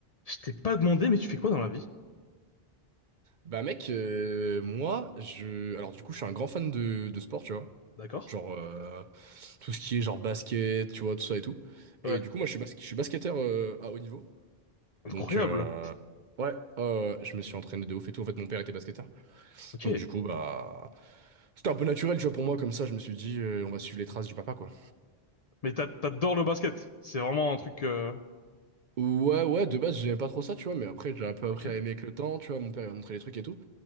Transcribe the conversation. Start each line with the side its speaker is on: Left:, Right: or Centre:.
Left: Je t'ai pas demandé, mais tu fais quoi dans la vie?
Right: Bah mec, euh, moi, je... Alors du coup, je suis un grand fan de, de sport, tu vois.
Left: D'accord?
Right: Genre, euh, tout ce qui est genre basket, tu vois, tout ça et tout.
Left: Ouais.
Right: Et du coup, moi, je suis, bas- je suis basketteur euh, à haut niveau.
Left: Incroyable.
Right: Donc, euh, ouais, euh, je me suis entraîné de ouf et tout. En fait, mon père était basketteur.
Left: Ok.
Right: Donc du coup, bah... C'était un peu naturel, tu vois, pour moi, comme ça, je me suis dit, euh, on va suivre les traces du papa, quoi.
Left: Mais t'a- t'adores le basket. C'est vraiment un truc. euh,
Right: Ouais, ouais, de base, j'aimais pas trop ça, tu vois, mais après, j'ai un peu
Left: Ok.
Right: appris à aimer avec le temps, tu vois, mon père, il m'a montré les trucs et tout.